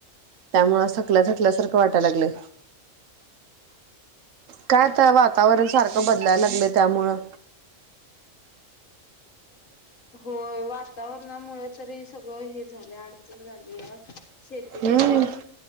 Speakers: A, on the right (about 75°); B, on the left (about 75°).
A: त्यामुळं थकल्या-थकल्यासारखं वाटायला लागलंय. काय तर, वातावरण सारखं बदलायला लागलं त्यामुळं.
B: होय, वातावरणामुळे तरी सगळं हे. झालंय, अड झालीया, शेतीची
A: हम्म
B: पण